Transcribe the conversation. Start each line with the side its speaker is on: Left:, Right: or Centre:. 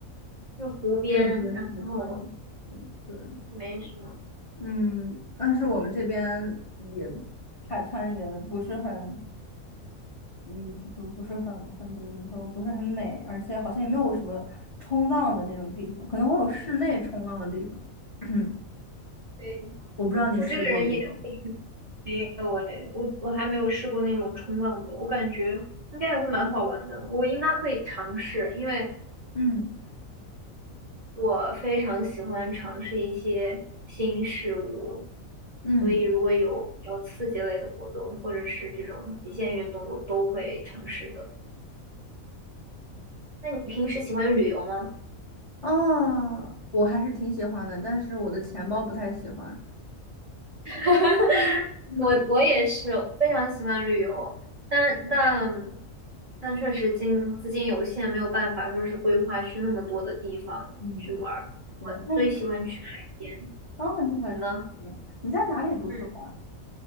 Right: 是湖边，
Left: 对对，海滩。
Right: 然后
Left: 对，
Right: 没什么。
Left: 嗯，但是我们这边也海滩也不是很。嗯，就不是很很怎么说，不是很美，而且好像也没有什么冲浪的那种地方，可能会有室内冲浪的地方。<clears throat>
Right: 对
Left: 我不知道你试过没有？
Right: 我这个人也。没有诶，我我还没有试过那种冲浪的，我感觉应该也会蛮好玩的，我应该会尝试，因为
Left: 嗯
Right: 我非常喜欢尝试一些新事物，
Left: 嗯，
Right: 所以如果有比较刺激类的活动，或者是这种极限运动，我都会尝试的。那你平时喜欢旅游吗？
Left: 哦，我还是挺喜欢的，但是我的钱包不太喜欢。
Right: <laughs>
Left: 嗯，
Right: 我我也是，我非常喜欢旅游，但但但确实金资金有限，没有办法说是规划去那么多的地方去玩儿。
Left: 嗯
Right: 我最喜欢去海边，
Left: 对，那你，哦，你就想下次体验你在哪里读书的？
Right: 你呢？嗯